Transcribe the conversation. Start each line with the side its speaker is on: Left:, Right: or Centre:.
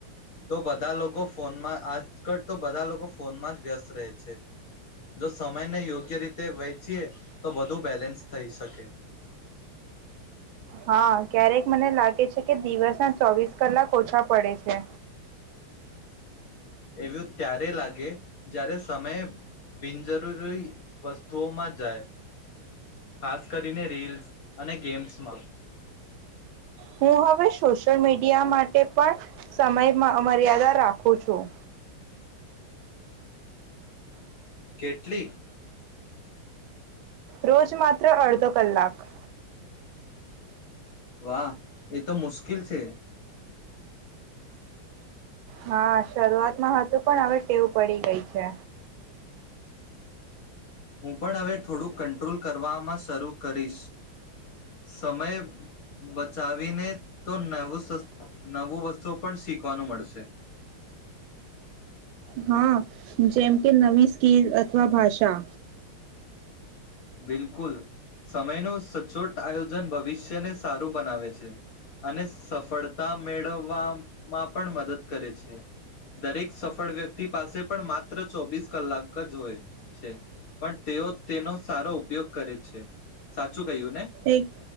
Left: તો બધા લોકો ફોનમાં આજ તો બધા લોકો ફોનમાં જ વ્યસ્ત રહે છે જો મેને યોગ્ય રીતે વહેંચીએ. તો બધું બેલેન્સ થઈ શકે.
Right: હા ક્યારેક મને લાગે છે કે દિવસ ના ચોવીસ કલાક ઓછા પડે છે.
Left: એવું ત્યારે લાગે જ્યારે સમય બિનજરૂરી વસ્તુઓમાં જાય ખાસ કરીને રીલ્સ અને ગેમ્સમાં
Right: હું હવે સોશિયલ મીડિયા માટે પણ સમયમાં અ મર્યાદા રાખું છું.
Left: કેટલી?
Right: રોજ માત્ર અડધો કલાક.
Left: વાહ! એ તો મુશ્કીલ છે.
Right: હા, શરૂઆતમાં હતું પણ હવે ટેવ પડી ગઈ છે.
Left: હું પણ હવે થોડુંક કંટ્રોલ કરવામાં શરૂ કરીશ. સમય બચાવીને તો નવું સસ નવું વસ્તુઓ પણ શીખવાનું મળશે.
Right: હા જેમ કે નવી સ્કીલ અથવા ભાષા.
Left: બિલકુલ, સમયનું સચોટ આયોજન ભવિષ્યને સારું બનાવે છે. અને સફળતા મેળવવામાં પણ મદદ કરે છે. દરેક સફળ વ્યક્તિ પાસે પણ માત્ર ચોબીસ કલાક જ હોય છે. પણ તેઓ તેનો સારો ઉપયોગ કરે છે. સાચું કહ્યું ને
Right: એક